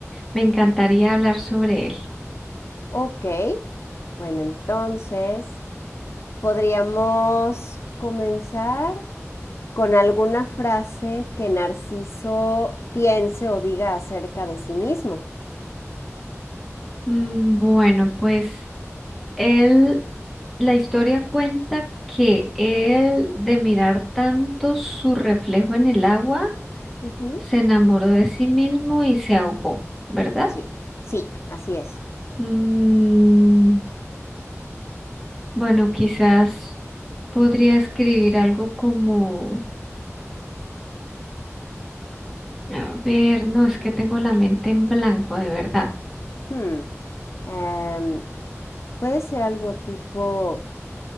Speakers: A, in the centre; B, on the left (about 60°).
A: Me encantaría hablar sobre él.
B: Ok, bueno, entonces... Podríamos comenzar con alguna frase que Narciso piense o diga acerca de sí mismo.
A: Mm, Bueno, pues él, la historia cuenta que él, de mirar tanto su reflejo en el agua,
B: Ujú.
A: se enamoró de sí mismo y se ahogó, ¿verdad?
B: Sí, sí, así es.
A: Mm, bueno, quizás podría escribir algo como, a ver,
B: Mm,
A: no, es que tengo la mente en blanco, de verdad.
B: Hmm, em, puede ser algo tipo